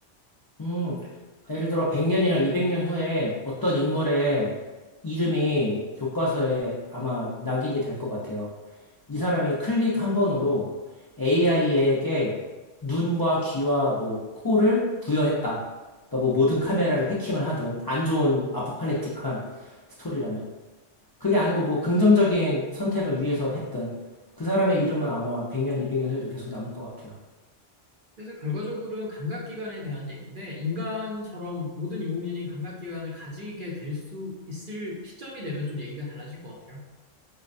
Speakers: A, on the left; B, on the right.
A: 음, 예를 들어 100년이나 200년 후에 어떤 인물의 이름이 교과서에 아마 낙인이 될 것 같아요. 이 사람이 클릭 한 번으로 AI에게 눈과 귀와 뭐 코를 부여했다. 그러니까 뭐 모든 카메라를 해킹을 하든 안 좋은 아포칼립틱한 스토리라면 그게 아니고 뭐 긍정적인 선택을 위해서 했든 그 사람의 이름은 아마 100년, 200년 후에도 계속 남을 것 같아요.
B: 그래서 결과적으로는 감각기관에 대한 얘기인데, 인간처럼 모든 인공지능이 감각기관을 가지게 될 수 있을 시점이 되면 좀 얘기가 달라질 것 같아요.